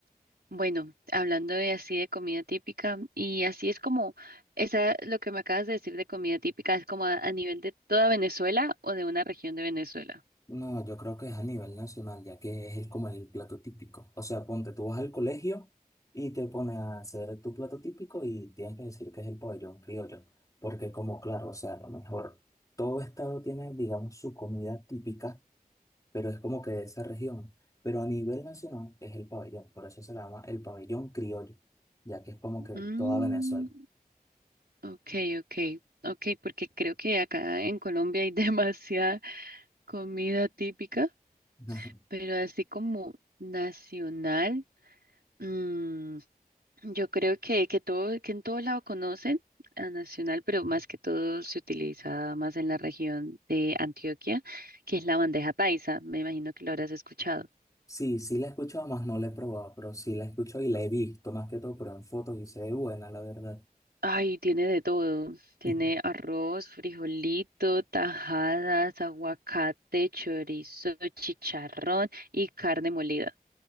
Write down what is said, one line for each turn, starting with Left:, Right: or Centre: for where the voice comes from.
Right: bueno, hablando de así de comida típica, y así es como, esa, lo que me acabas de decir de comida típica es como a, a nivel de toda Venezuela o de una región de Venezuela.
Left: No, yo creo que es a nivel nacional, ya que es el- como el plato típico. O sea, ponte, tú vas al colegio y te pones a hacer tu plato típico y tienes que decir que es el pabellón criollo. Porque como claro, o sea, a lo mejor todo estado tiene, digamos, su comida típica, pero es como que de esa región. Pero a nivel nacional es el pabellón, por eso se le llama el pabellón criollo, ya que es como que
Right: Mm.
Left: toda Venezuela.
Right: Okay, okay, okay, porque creo que acá en Colombia hay <laughs> demasiada comida típica,
Left: <laughs> Ajá.
Right: pero así como nacional, mm, yo creo que, que todo, que en todo lado conocen a nacional, pero más que todo se utiliza más en la región de Antioquia, que es la bandeja paisa. Me imagino que lo habrás escuchado.
Left: Sí, sí la he escuchado, más no la he probado, pero sí la he escuchado y la he visto más que todo, pero en fotos y se ve buena, la verdad.
Right: Ay, tiene de todo. Tiene
Left: <laughs>
Right: arroz, frijolito, tajadas, aguacate, chorizo, chicharrón y carne molida.